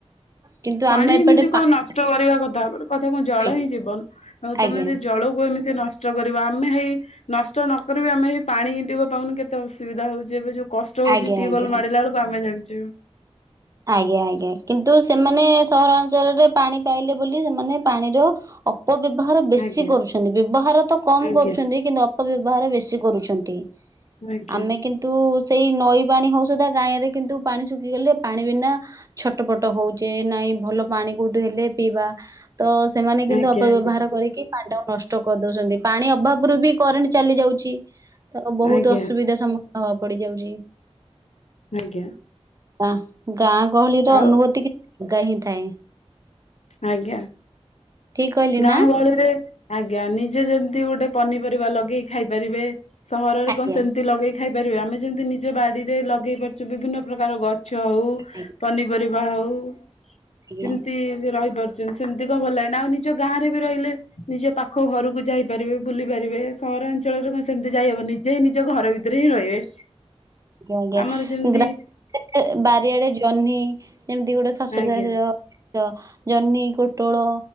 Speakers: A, on the right; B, on the left.
A: କିନ୍ତୁ
B: ପାଣି
A: ଆମେ
B: ଏମିତି
A: ଏପଟେ
B: କଣ
A: ପାଣି
B: ନଷ୍ଟ କରିବା କଥା ନୁହଁ ଗୋଟେ କଥା କଣ ଜଳ
A: ଆଜ୍ଞା
B: ହିଁ ଜୀବନ ଆଉ
A: ଆଜ୍ଞା
B: ତମେ ଯଦି ଜଳକୁ ଏମିତି ନଷ୍ଟ ନଷ୍ଟ କରିବା ଆମେ ହେଇ ନଷ୍ଟ ନକରିବି, ଆମେ ହେଇ ପାଣିଟିକୁ ପାଉନୁ କେତେ ଅସୁବିଧା ହଉଛି। ଏବେ ଯୋଉ କଷ୍ଟ ହଉଛି
A: ଆଜ୍ଞା
B: ଟ୍ୟୁବଲ
A: ଆଜ୍ଞା ଆଜ୍ଞା
B: ମାରିଲା ବେଳକୁ ଆମେ ଜାଣିଛୁ।
A: ଆଜ୍ଞା ଆଜ୍ଞା କିନ୍ତୁ ସେମାନେ ସହରାଞ୍ଚଳରେ ପାଣି ପାଇଲେ ବୋଲି ସେମାନେ ପାଣିର ଅପ୍ ଅପବ୍ୟବହାର ବେଶୀ
B: ଆଜ୍ଞା
A: କରୁଛନ୍ତି। ବ୍ୟବହାର ତ କମ
B: ଆଜ୍ଞା
A: କରୁଛନ୍ତି। କିନ୍ତୁ, ଅପବ୍ୟବହାର ବେଶୀ କରୁଛନ୍ତି।
B: ଆଜ୍ଞା
A: ଆମେ କିନ୍ତୁ ସେଇ ନଈ ପାଣି ହଉ ସୁଧା ଗାଁରେ କିନ୍ତୁ ପାଣି ଶୁଖିଗଲେ ପାଣି ବିନା ଛଟପଟ ହଉଛେ। ନାଇଁ ଭଲ ପାଣି କୋଉଠୁ ହେଲେ ପିଇବା। ତ ସେମାନେ କିନ୍ତୁ
B: ଆଜ୍ଞା
A: ଅପବ୍ୟବହାର
B: ଆଜ୍ଞା
A: କରିକି ପାଣିଟାକୁ ନଷ୍ଟ କରି ଦଉଛନ୍ତି। ପାଣି ଅଭାବରୁୁ ବି କରେଣ୍ଟ ଚାଲି ଯାଉଛି। ତ ବହୁତ
B: ଆଜ୍ଞା
A: ଅସୁବିଧା ସମ୍ମୁଖୀନ ହବା ପଡିଯାଉଛି।
B: ଆଜ୍ଞା।
A: ଗାଁ ଗାଁ ଗହଳିର
B: ଆଉ
A: ଅନୁଭୂତି କି ଅଲଗା ହିଁ ଥାଏ।
B: ଆଜ୍ଞା
A: ଠିକ କହିଲି
B: ଗାଁ
A: ନା
B: ଗହଳିରେ ଆଜ୍ଞା ନିଜେ ଯେମିତି ଗୋଟେ ପନିପରିବା ଲଗେଇକି ଖାଇ ପାରିବେ। ସହରରେ
A: ଆଜ୍ଞା
B: କଣ ସେମିତି ଲଗେଇ ଖାଇପାରିବେ। ଆମେ ଯେମିତି ନିଜ ବାଡିରେ ଲଗେଇ ପାରୁଛୁ ବିଭିନ୍ନ ପ୍ରକାର ଗ ଛ ହଉ
A: ଆଜ୍ଞା
B: ପନିପରିବା ହଉ
A: ଆଜ୍ଞା
B: ଯେମିତି ରହିପାରୁ ସେମିତି କଣ ଭଲ ଲାଗେ ଆଉ ନିଜ ଗାଁରେ ବି ରହିଲେ ନିଜ ପାଖ ଘରକୁ ଯାଇପାରିବେ। ବୁଲିପାରିବେ ସହରାଞ୍ଚଳରେ କଣ ସେମିତି ଯାଇହବନି। ଯେ, ନିଜ ଘର ଭିତରେ ହିଁ ରହିବେ।
A: ଆଜ୍ଞା
B: ଆମର
A: ଆଜ୍ଞା
B: ଯେମିତି
A: ଗ୍ରାମ ରେ ବାରିଆଡେ ଜହ୍ନି ଯେମିତି ଗୋଟେ ଶଶୁର
B: ଆଜ୍ଞା
A: ବାରିର। ଜ ଜହ୍ନି, ପୋଟଳ,